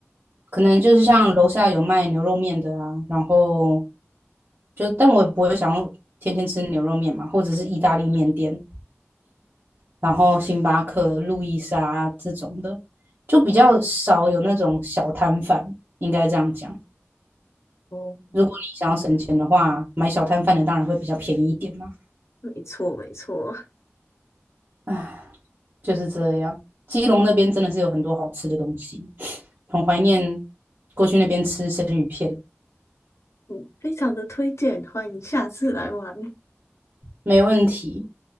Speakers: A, on the right; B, on the left.
A: 可能就是像楼下有卖牛肉面的啊，
B: 哦
A: 然后就但我也不会想要天天吃牛肉面嘛，或者是意大利面店，然后星巴克、路易莎这种的，就比较少有那种小摊贩，应该这样讲。
B: 哦，
A: 如果你想要省钱的话，买小摊贩的当然会比较便宜一点嘛。
B: 没错，没错，
A: 唉，就是这样。基隆那边真的是有很多好吃的东西，很怀念过去那边吃生鱼片，
B: 嗯，非常的推荐，欢迎下次来玩。
A: 没问题。